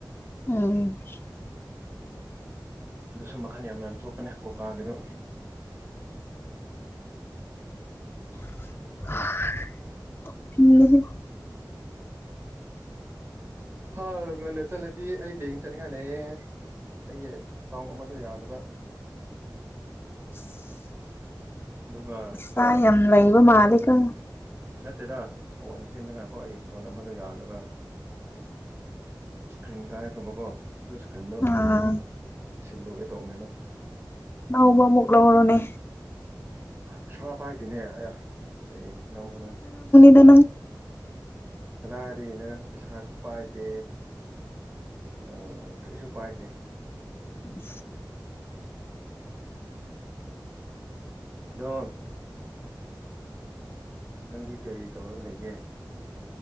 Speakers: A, on the left; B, on the right.
A: ꯎꯝ
B: ꯑꯗꯨꯁꯨ ꯃꯈꯜ ꯌꯥꯝ ꯌꯥꯝ ꯊꯣꯛꯄꯅꯦ ꯀꯣꯀꯥꯒꯤꯗꯣ
A: <unintelligible>
B: ꯍꯥꯎ ꯉꯟꯅ ꯆꯠꯂꯗꯤ ꯑꯩ ꯕꯦꯡ ꯆꯠꯅꯤꯡꯉ ꯂꯩꯌꯦꯦ ꯑꯩꯒꯤ ꯑꯦꯀꯥꯎꯟ ꯑꯃꯗꯣ ꯌꯥꯗꯕ
A: <unintelligible>
B: ꯑꯗꯨꯒ
A: ꯑꯁ ꯌꯥꯝ ꯌꯥꯝ ꯂꯩꯕ ꯃꯥꯂꯤꯒ
B: ꯅꯠꯇꯦꯗ ꯐꯣꯟ ꯁꯦꯝꯗꯉꯥꯏꯀꯣ ꯑꯩ ꯐꯣꯟ ꯑꯃꯗꯣ ꯌꯥꯂꯒ ꯏꯁꯀ꯭ꯔꯤꯟ ꯀꯥꯏꯈꯕꯀꯣ ꯑꯗꯨ ꯏꯁꯀ꯭ꯔꯤꯟꯗꯣ
A: ꯑꯥ
B: ꯁꯤꯜꯂꯨꯒꯦ ꯇꯣꯝꯅꯤꯅ
A: ꯅꯎꯕ ꯃꯨꯛ ꯂꯧꯔꯣꯅꯦ
B: ꯄꯁ ꯄꯥꯏꯗꯤꯅꯦ ꯑ ꯀꯩ ꯏꯧꯧꯕꯅ
A: ꯅꯒ
B: ꯀꯗꯥꯏꯗꯒꯤꯅ ꯄꯩꯁꯥꯁꯨ ꯄꯥꯏꯗꯦ ꯑ ꯀꯩꯁꯨ ꯄꯥꯏꯗꯦ
A: ꯎ
B: ꯑꯗꯣ ꯅꯪꯗꯤ ꯀꯔꯤ ꯇꯧꯔꯒ ꯂꯩꯒꯦ